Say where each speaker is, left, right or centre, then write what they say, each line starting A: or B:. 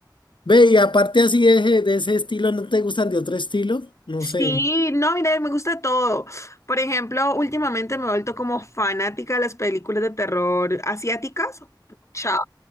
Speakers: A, on the left (about 90°); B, on the left (about 40°).
A: Ve, y aparte así de, ese de ese estilo, ¿no te gustan de otro estilo? No
B: Sí,
A: sé.
B: no, mira, me gusta todo. Por ejemplo, últimamente me he vuelto como fanática de las películas de terror asiáticas. Chao,